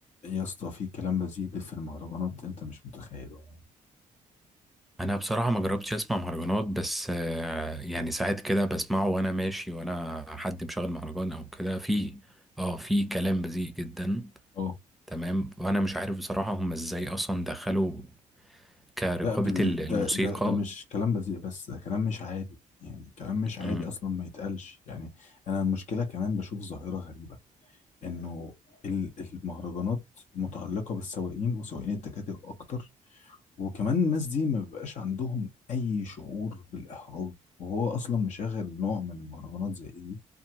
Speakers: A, on the left; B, in the centre.
A: يا اسطى في كلام بذيء في المهرجانات انت مش متخيله
B: انا بصراحه ما جربتش اسمع مهرجانات بس آه، يعني
A: يعني
B: ساعات كده بسمعه وانا ماشي وانا حد مشغل مهرجان او كده في اه في كلام بذيء جدا
A: اه
B: تمام وانا مش عارف بصراحه هم ازاي اصلا دخلوا كرقابه
A: لا ب...
B: ال- الموسيقى
A: ده ده ده مش كلام بذيء بس ده كلام مش عادي يعني كلام مش عادي
B: امم
A: اصلا ما يتقالش يعني انا المشكله كمان بشوف ظاهره غريبه انه ال- المهرجانات متعلقه بالسواقين وسواقين التكاتك اكتر وكمان الناس دي ما بيبقاش عندهم اي شعور بالاحراج وهو اصلا مشغل نوع من المهرجانات زي إيه دي